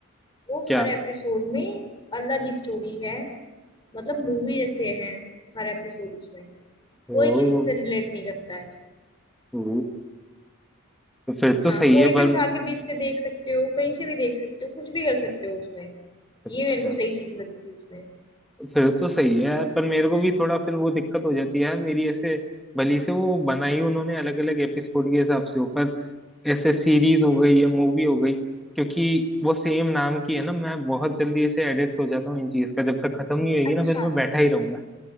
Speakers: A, on the left (about 20°); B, in the centre.
A: वो
B: क्या
A: हर एपिसोड में अलग ही स्टोरी है मतलब मूवी जैसे है हर एपिसोड उसमें
B: ओ,
A: कोई किसी से रिलेट नहीं करता है
B: ओ, तो फिर तो
A: हाँ
B: सही
A: कोई
B: है
A: भी
B: पर
A: उठा के बीच से देख सकते हो कहीं से भी देख सकते हो कुछ भी कर सकते हो उसमें
B: अच्छा
A: ये मेरे को सही चीज लगी थी उसमें
B: फिर तो सही है यार पर मेरे को भी थोड़ा फिर वो दिक्कत हो जाती है यार मेरी ऐसे भली से वो बनाई उन्होंने अलग अलग एपिसोड के हिसाब से ऊपर ऐसे सीरीज हो गई या मूवी हो गई क्योंकि वो सेम नाम की है ना मैं बहुत जल्दी ऐसे एडिक्ट हो जाता हूँ इन चीज का जब तक खत्म नहीं होगी
A: अच्छा
B: ना फिर मैं बैठा ही रहूंगा